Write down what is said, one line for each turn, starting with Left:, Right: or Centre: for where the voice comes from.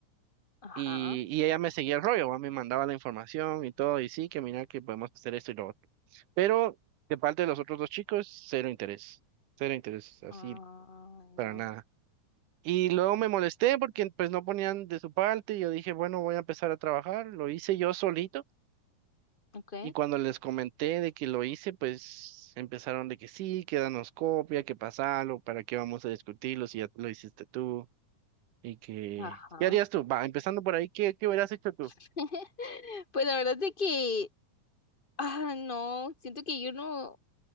Left: Ajá.
Right: Y, y ella me seguía el rollo, ¿va? me mandaba la información y todo, y sí, que mira que podemos hacer esto y lo otro. Pero de parte de los otros dos chicos, cero interés, cero interés, así
Left: Ah,
Right: para
Left: no.
Right: nada. Y luego me molesté porque pues no ponían de su parte y yo dije, bueno, voy a empezar a trabajar, lo hice yo solito
Left: Ok.
Right: Y cuando les comenté de que lo hice, pues empezaron de que sí, que danos copia, que pasalo, para qué vamos a discutirlo si ya lo hiciste tú y que...
Left: Ajá.
Right: ¿Qué harías tú? Va, empezando por ahí, ¿qué, qué hubieras hecho tú?
Left: <laughs> Pues la verdad es que, ah, no, siento que yo no,